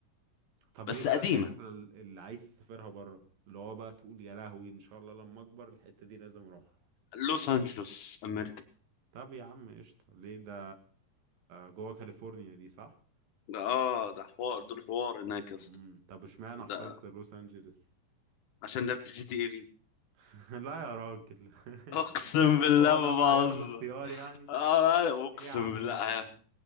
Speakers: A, on the right; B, on the left.
A: طب
B: بس
A: ايه بقى
B: قديمة
A: الحتت ال- اللي عايز تسافرها بره اللي هو بقى تقول يا لهوي ان شاء الله لما اكبر الحتة دي لازم اروحها
B: لوس أنجلوس أمريكا
A: طب يا عم قشطة ليه ده جوه كاليفورنيا دي صح
B: ده اه ده حوار دول حوار هناك يا
A: امم
B: اسطى
A: طب اشمعنى اخترت
B: ده
A: لوس انجلس
B: عشان لعبت جي تي اي في
A: <laughs> لا يا راجل
B: <laughs> اقسم
A: <laughs>
B: بالله
A: هو ده
B: ما
A: معيار
B: بهزر
A: الاختيار يعني
B: آه، آه، اقسم
A: ايه يا عم
B: بالله
A: ده
B: آه،
A: يا عم